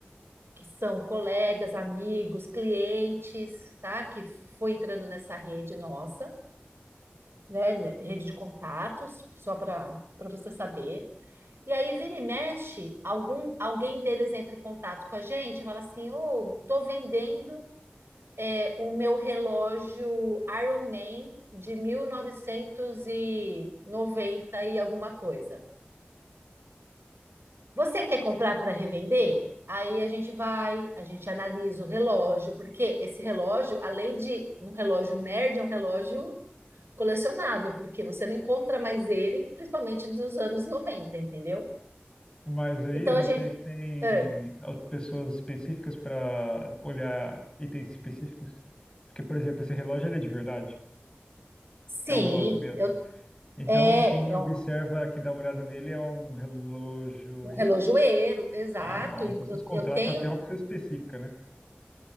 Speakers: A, on the right; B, on the left.
A: que são colegas, amigos, clientes, tá? Que foi entrando nessa rede nossa, né? Rede de contatos, só para para você saber. E aí vira e mexe, algum, alguém deles entra em contato com a gente e fala assim: "Ô, oh, tô vendendo é, o meu relógio Iron Man de 1990 e noventa e alguma coisa. Você quer comprar para revender? Aí a gente vai, a gente analisa o relógio, porque esse relógio, além de um relógio nerd, é um relógio colecionável, porque você não encontra mais ele, principalmente dos anos noventa entendeu?
B: Mas aí
A: Então
B: vocês
A: a gente.
B: têm
A: ah,
B: as pessoas específicas para olhar itens específicos? Porque, por exemplo, esse relógio ele é de verdade,
A: sim,
B: é um relógio mesmo.
A: eu,
B: Então,
A: é,
B: quem
A: é
B: observa,
A: um,
B: quem dá uma olhada nele é um relojoeiro?
A: um relojoeiro, exato.
B: Ah, não,
A: e
B: então vocês
A: Eu,
B: contratam
A: eu tenho
B: até uma pessoa específica, né?